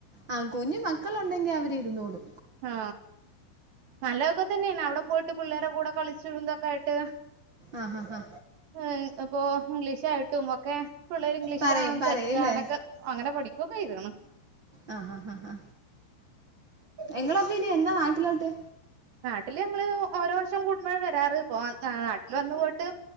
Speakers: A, on the right; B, on the right.
A: ആ കുഞ്ഞു മക്കള ഉണ്ടെങ്കിൽ അവരി ഇരുന്നോളൂ
B: ആ നല്ലതൊക്കെ തന്നെയാണ് അവിടെ പോയിട്ട് പിള്ളേരെ കൂടെ കളിച്ചന്തൊക്കെ ആയിട്ട്
A: ആ ഹാ ഹാ
B: ഹ്മ്മ് അപ്പൊ ഇംഗ്ലീഷായിട്ടും ഒക്കെ പിള്ളേര് ഇംഗ്ലീഷിൽ
A: പറയും
B: സംസാരിക്ക
A: പറയല്ലേ
B: അങ്ങാനക്കെ അങ്ങനെ പഠിക്കുകൊക്കെ ചെയ്തിണ്
A: ആ ഹാ ഹാ എങ്ങള അപ്പോനി എന്നാ നാട്ടിലോട്ട്?
B: നാട്ടില് ഞങ്ങള് ഓരോ വർഷം കൂടുമ്പൊഴ വരാറ് ഇപ്പ നാട്ടിൽ വന്നു പോയിട്ട്